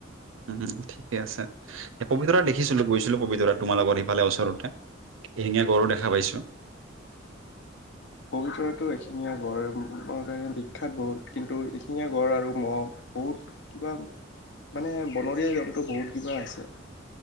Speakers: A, on the right (about 75°); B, on the left (about 65°).
A: উম ঠিকে আছে। পবিতৰা দেখিছিলো গৈছিলো পবিতৰা তোমাৰ লগত ভালে ওচৰতে। এশিঙীয়া গঁড়ৰো দেখা পাইছো
B: পবিত্ৰতো এশিঙীয়া গঁড় কাৰণে বিখ্যাত বহুত কিন্তু এশিঙীয়া গঁড় আৰু মহ' বহুত কিবা মানে বনৰীয়া জন্তু বহুত কিবা আছে।